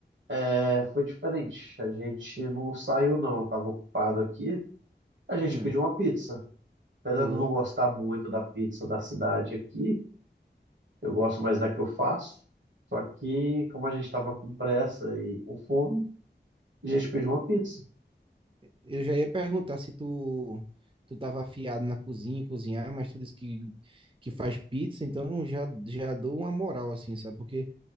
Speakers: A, on the right; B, on the right.
A: é, foi diferente. A gente não saiu, não. Eu estava ocupado aqui. A gente
B: Hum,
A: pediu uma pizza. Apesar
B: boa.
A: de eu não gostar muito da pizza da cidade aqui, eu gosto mais da que eu faço. Só que, como a gente estava com pressa e com fome, a gente pediu uma pizza.
B: Eu já ia perguntar se tu, tu tava afiado na cozinha, em cozinhar, mas tu disse que, que faz pizza, então já, já dou uma moral, assim, sabe? Porque